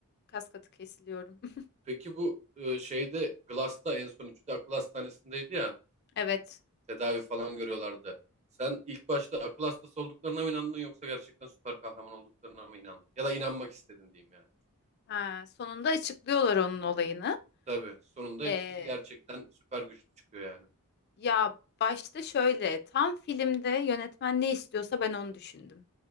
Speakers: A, on the left (about 45°); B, on the right (about 30°).
A: Kas katı kesiliyorum. <laughs>
B: Peki bu e, şeyde Glass'ta en son üçü de akıl hastanesindeydi ya.
A: Evet.
B: Tedavi falan görüyorlardı. Sen ilk başta akıl hastası olduklarına mı inandın yoksa gerçekten süper kahraman olduklarına mı inandın? Ya da inanmak istedin diyeyim yani.
A: Ha, sonunda açıklıyorlar onun olayını.
B: Tabii. Sonunda
A: Ee,
B: hepsi gerçekten süper güçlü çıkıyor yani.
A: ya başta şöyle tam filmde yönetmen ne istiyorsa ben onu düşündüm.